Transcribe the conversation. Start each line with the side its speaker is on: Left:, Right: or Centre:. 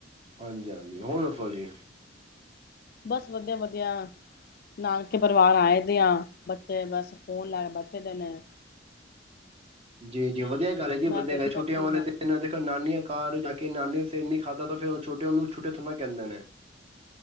Right: ਹਾਂਜੀ-ਹਾਂਜੀ ਹੋਰ ਦੱਸੋ ਜੀ।
Left: ਬਸ ਵਧੀਆ ਵਧੀਆ, ਨਾਨਕੇ ਪਰਿਵਾਰ ਆਏ ਦੇ ਆ ਬੱਚੇ ਬਸ ਫੋਨ ਲੈ ਕਿਦਨ ਐ।
Right: ਜੀ-ਜੀ ਵਧੀਆ ਗੱਲ ਹੈ ਜੀ
Left: ਮੈਂ
Right: ਵਧੀਆ
Left: ਵਿਹਲੀ
Right: ਗੱਲ ਛੋਟੀਆਂ
Left: ਬੈਠੀ
Right: ਵਾਲੇ
Left: ਹੋਈ ਆ
Right: ਤੇ ਦੇਖੋ ਨਾਨੀਆਂ ਘਰ ਜਾ ਕੇ ਨਾਨੀ ਸਿਰ ਨੀ ਖਾਧਾ ਤਾ ਫਿਰ ਉਹ ਛੋਟੇ ਉਹਨੂੰ ਛੋਟੇ ਥੋਨਾ ਕਹਿੰਦੇ ਨੇ। <inaudible>